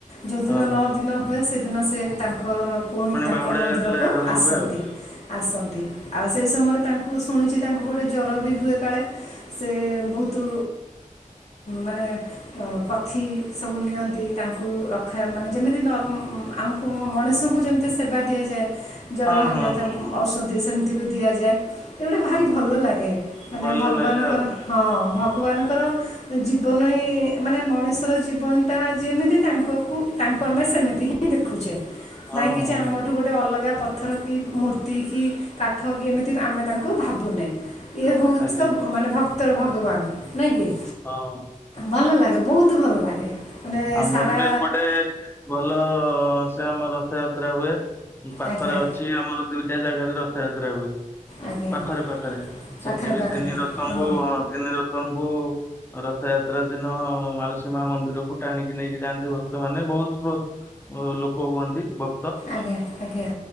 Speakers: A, on the left (about 50°); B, on the left (about 15°).
A: ଯେଉଁଦିନ
B: ହଁ।
A: ନଅ ଦିନ ହୁଏ ସେଦିନ ସେ ତାଙ୍କର ପୁଣି ତାଙ୍କ
B: ବାହୁଡା
A: ମନ୍ଦିରକୁ
B: ଯାତ୍ରା ଆରମ୍ଭ
A: ଆସନ୍ତି
B: ହୁଏ ଆଉ
A: ଆସନ୍ତି। ଆଉ ସେହି ସମୟରେ ତାଙ୍କୁ ଶୁଣିଛି ତାଙ୍କୁ ଗୋଟେ ଜ୍ୱର ବି ହୁଏ କାଳେ ସେ ବହୁତ ମାନେ ପଥି ସବୁ ନିଅନ୍ତି। ତାଙ୍କୁ ରଖା ମାନେ ଯେମିତି ନର ଆମକୁ ମଣିଷଙ୍କୁ ଯେମିତି ସେବା ଦିଆଯାଏ ଜର
B: ହଁ
A: ହେଲେ
B: ହଁ ହଁ
A: ତା
B: ହଁ।
A: ଔଷଧି ସେମିତି ବି ଦିଆଯାଏ ଏଗୁଡ଼ା ଭାରି ଭଲ ଲାଗେ। ମାନେ
B: ଭଲ
A: ଭଗବାନଙ୍କର
B: ଲାଗେ ଆଉ
A: ହଁ ଭଗବାନଙ୍କର ଜୀବନ ହିଁ ମାନେ ମଣିଷର ଜୀବନଟା ଯେମିତି ତାଙ୍କକୁ ତାଙ୍କୁ ଆମେ ସେମିତି ହିଁ ଦେଖୁଛେ
B: ହଁ
A: ନାଇଁକି
B: ହଁ
A: ଯେ ଆମ ଏଠୁ ଗୋଟେ ଅଲଗା ପଥର, କି ମୂର୍ତ୍ତି, କି କାଠ କି ଏମିତି ଆମେ ତାଙ୍କୁ ଭାବୁନେ। ଇଏ ହେଉଛି
B: ଆଜ୍ଞା
A: ତ ମାନେ ଭକ୍ତର ଭଗବାନ ନାଇଁ କି!
B: ହଁ।
A: ଭଲ ଲାଗେ ବହୁତ ଭଲ ଲାଗେ। ମାନେ
B: ଆମର
A: ସାରା
B: ବି ଏପଟେ ଭଲ ସେ ଆମ ରଥଯାତ୍ରା ହୁଏ ପାଖରେ
A: ଆଜ୍ଞା
B: ଅଛି। ଛି ଆମର ଦୁଇଟିଆ ଜାଗାରେ ରଥଯାତ୍ରା ହୁଏ।
A: ଆଜ୍ଞା
B: ପାଖରେ ପାଖରେ
A: ପାଖରେ
B: ସେଠି ବି
A: ପାଖରେ
B: ତିନି ରଥଙ୍କୁ
A: ହଁ
B: ତିନି ରଥଙ୍କୁ ରଥଯାତ୍ରା ଦିନ ମାଉସି ମା ମନ୍ଦିରକୁ ଟାଣିକି ନେଇକି ଯାଆନ୍ତି ଭକ୍ତ ମାନେ ବହୁତ ବହୁତ ଲୋକ ହୁଅନ୍ତି ଭ
A: ଆଜ୍ଞା ଆଜ୍ଞା।